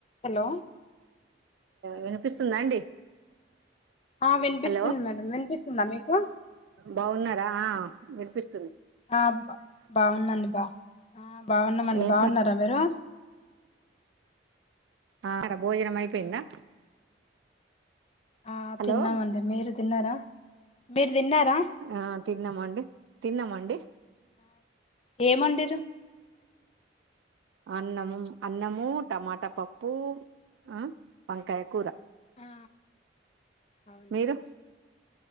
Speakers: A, on the left; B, on the right.
A: Hello
B: వినిపిస్తుందా అండి
A: ఆ వినిపిస్తుస్తంది
B: హలో
A: మేడం వినిపిస్తుందా మీకు
B: బాగున్నారా వినిపిస్త
A: ఆా బాగుందండి బా ఆ బాగున్నామండి
B: ఏం
A: బాగున్నారా
B: సం
A: మీరు
B: ఆ భోజనం అయిపోయిందా
A: ఆ
B: హలో
A: తిన్నామండి మీరు తిన్నారా మీరు తిన్నారా
B: ఆ తిన్నామండి తిన్నామండి
A: ఏమండరు
B: అన్నము అన్నము టమాట పప్పు ఆ వంకాయ కూర
A: ఆ అవునా
B: మీరు